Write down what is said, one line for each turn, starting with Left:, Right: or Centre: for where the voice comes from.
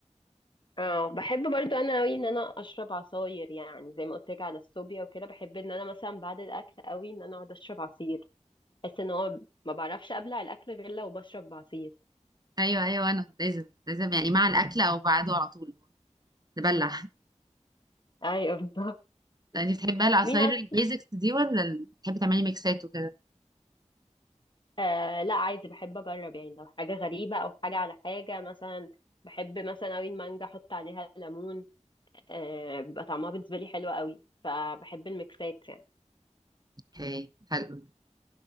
Left: اه بحب برضو انا قوي ان انا اشرب عصاير يعني زي ما قلت لك على الصوبيا وكده بحب ان انا مثلا بعد الاكل قوي ان انا اقعد اشرب عصير بحس ان هو ما بعرفش ابلع الاكل غير لو بشرب عصير
Right: أيوه أيوه أنا لازم لازم يعني مع الأكل أو بعده على طول نبلع
Left: <laughs> ايوه بالظبط
Right: لا انت بتحبها العصاير
Left: مين أك...
Right: البيزكس دي ولا بتحبي تعملي ميكسات وكده
Left: آه لا عادي بحب اجرب يعني لو حاجه غريبه او حاجه على حاجه مثلا بحب مثلا قوي المانجا احط عليها ليمون آه، بيبقى طعمها بالنسبة لي حلو قوي فبحب الميكسات يعني
Right: اوكي حلو